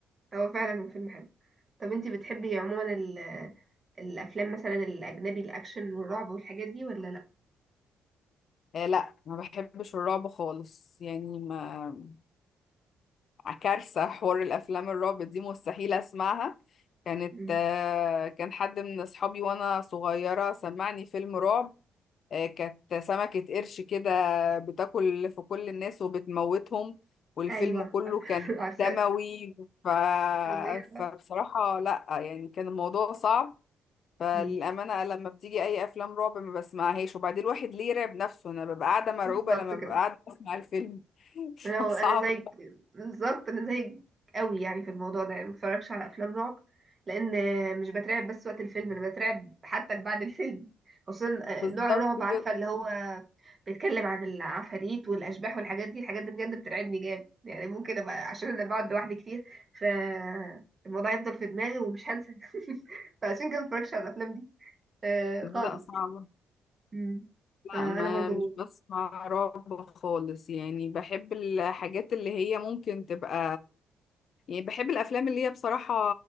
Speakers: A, on the right (about 35°); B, on the left (about 60°).
A: هو فعلا فيلم حلو طب انتي بتحبي عموما ال الافلام مثلا الاجنبي الاكشن والرعب والحاجات دي ولا لا
B: آه لا ما بحبش الرعب خالص يعني ما كارثة حوار الأفلام الرعب دي مستحيل أسمعها كانت
A: مم.
B: آه كان حد من أصحابي وأنا صغيرة سمعني فيلم رعب آه، كانت سمكة قرش كده بتاكل في كل الناس وبتموتهم والفيلم
A: ايوه
B: كله
A: <laughs>
B: كان
A: عارفه
B: دموي ف...
A: فظيع
B: فبصراحة لأ يعني كان الموضوع صعب فللأمانة
A: مم.
B: لما بتيجي أي أفلام رعب ما بسمعهاش وبعدين الواحد ليه يرعب نفسه أنا ببقى قاعدة مرعوبة
A: بالظبط
B: لما
A: كده
B: ببقى قاعدة أسمع الفيلم
A: لو
B: <laughs>
A: انا
B: صعب
A: زيك بالظبط انا زيك قوي يعني في الموضوع ده يعني ما بتفرجش على افلام رعب لان مش بترعب بس وقت الفيلم انا بترعب حتى بعد الفيلم خصوصا آه،
B: بالظبط
A: نوع الرعب
B: كده
A: عارفه اللي هو بيتكلم عن العفاريت والاشباح والحاجات دي الحاجات دي بجد بترعبني جامد يعني ممكن ابقى عشان انا بقعد لوحدي كتير ف الموضوع يفضل في دماغي ومش هنسى <laughs> فعشان كده ما بتفرجش على الافلام دي آه،
B: لا
A: خالص
B: صعبة
A: يعني مم.
B: لا
A: آه،
B: ما
A: انا برضو
B: مش بسمع رعب خالص يعني بحب الحاجات اللي هي ممكن تبقى يعني بحب الافلام اللي هي بصراحه